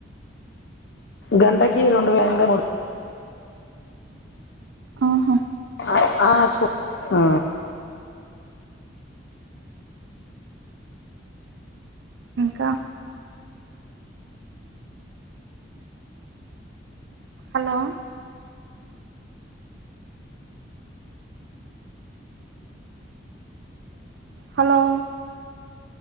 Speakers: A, on the left; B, on the right.
A: గంటకి రెండు వంద మూడు
B: ఆహా
A: అ ఆ చ్చిపో ఆ
B: ఇంకా హలో హలో